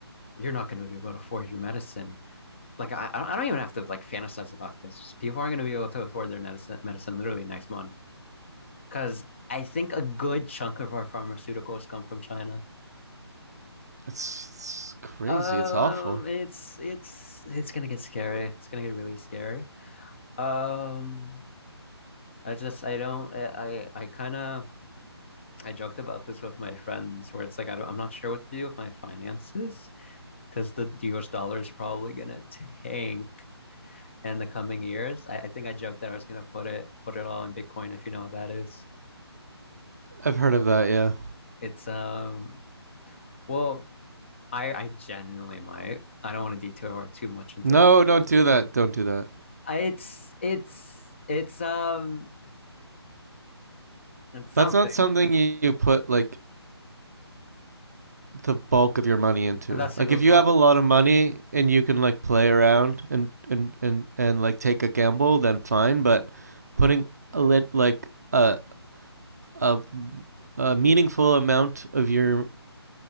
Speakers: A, on the left; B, on the right.
A: you're not going to be able to afford your medicine like I, I don't even have to like fantasize about this people aren't going to be able to afford their medicine medicine literally next month because i think a good chunk of our pharmaceuticals come from china
B: It's, it's crazy.
A: um
B: It's awful.
A: it's it's it's gonna get scary it's gonna get really scary um I just I don't I I, kind of I joked about this with my friends where it's like I don't, I'm not sure what to do with my finances because the US dollar is probably gonna tank in the coming years. I, I think I joked that I was gonna put it put it all in Bitcoin if you know what that is.
B: I've heard of that, yeah.
A: It's um well I I genuinely might. I don't want to detour too much into
B: No,
A: fin-
B: don't do that. Don't do that.
A: I, it's it's it's um it's something.
B: That's not something you, you put like the bulk of your money into.
A: That's
B: Like
A: a good
B: if you
A: point.
B: have a lot of money and you can like play around and and and and like take a gamble, then fine. But putting a lit like a a, a meaningful amount of your